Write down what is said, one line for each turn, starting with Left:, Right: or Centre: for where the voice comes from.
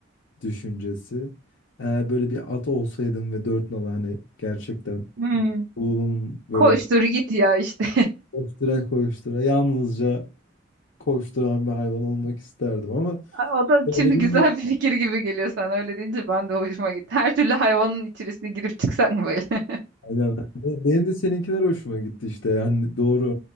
Left: düşüncesi. Eğer böyle bir at olsaydım ve dört nala hani gerçekten
Right: Hmm.
Left: um, böyle
Right: Koştur git ya işte.
Left: koştura koştura yalnızca koşturan bir hayvan olmak isterdim ama
Right: <laughs> O da
Left: Öyle
Right: şimdi
Left: değil
Right: güzel
Left: mi?
Right: bir fikir gibi geliyor sen öyle deyince ben de hoşuma gitti. Her türlü hayvanın içerisine girip çıksak mı böyle? <laughs>
Left: Aynen. Benim de seninkiler hoşuma gitti işte. Yani doğru